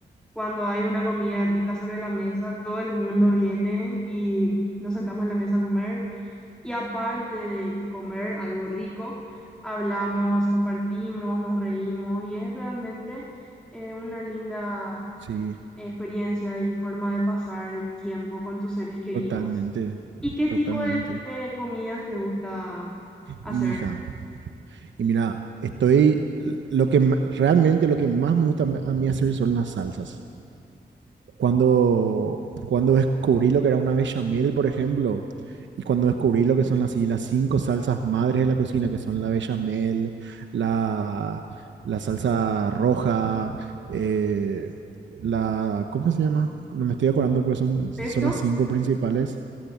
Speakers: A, in the centre; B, on the right.
A: cuando hay una comida rica sobre la mesa, todo el mundo viene y nos sentamos en la mesa a comer. Y aparte de comer algo rico, hablamos, compartimos, nos reímos y es realmente eh, una linda
B: sí,
A: experiencia y forma de pasar el tiempo con tus seres queridos.
B: totalmente,
A: ¿Y qué
B: totalmente.
A: tipo de, de comidas te gusta hacer?
B: Hija, y mira, estoy, lo que ma- realmente lo que más me gusta a mí hacer son las salsas. Cuando, cuando descubrí lo que era una bechamel, por ejemplo, y cuando descubrí lo que son las, las cinco salsas madres de la cocina, que son la bechamel, la, la salsa roja, eh, la, ¿cómo se llama? No me estoy acordando, pero son, son
A: ¿Pesto?
B: las cinco principales.